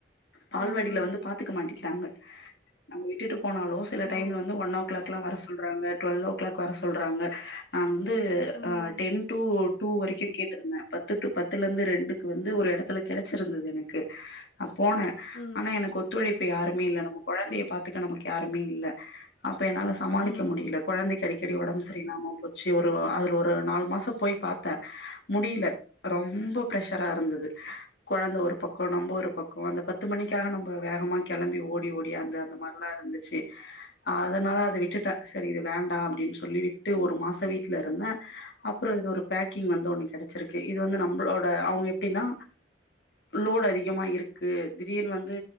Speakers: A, on the left (about 60°); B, on the left (about 80°).
A: பால்வாடியில
B: ம்
A: வந்து பாத்துக்க மாட்டிக்கிறாங்க நம்ம விட்டுட்டு போனாலம் சில
B: ஓ
A: டைம்ல வந்து ஒன் ஓ கிளாக்லாம் வர சொல்றாங்க டுவெல் ஓ கிளாக் வர சொல்றாங்க நான் வந்து
B: ம்
A: டென் வரைக்கும் கேட்டிருந்தேன பத்து டு பத்துல இருந்து ரெண்டுக்கு வந்து ஒரு இடத்துல கிடைச்சிருந்தது எனக்கு ஆ போனே
B: ம்
A: ஆனா எனக்கு ஒத்துழைப்பு யாருமே இல்ல நம்ம கொழந்தைய பாத்துக்க நமக்கு யாருமே இல்ல அப்ப என்னால சமாளிக்க
B: ம்
A: முடில கொழந்தைக்கு அடிக்கடி உடம்பு சரியில்லாமா போச்சு ஒரு அதுல ஒரு நாலு மாசம் போய் பாத்தே முடில ரொம்ப பிரஷ்ரா இருந்தது கொழந்த ஒரு பக்கோ நம்ம ஒரு பக்கோ அந்த பத்து மணிக்காக நம்ம வேகமா கிளம்பி ஓடி ஓடியாந்து அந்த மாரி புல்லா இருந்துச்சு அதனால அத விட்டுட்டே சரி இது வேண்டா அப்டின்னு சொல்லி விட்டு ஒரு மாசம் வீட்டுல இருந்தே அப் அப்புற இது ஒரு பேக்கிங் வந்து ஒண்ணு கிடைச்சிருக்கு இது வந்து நம்மளோட அவங்க எப்படின்னா லோட் அதிகமா இருக்கு திடீர் வந்து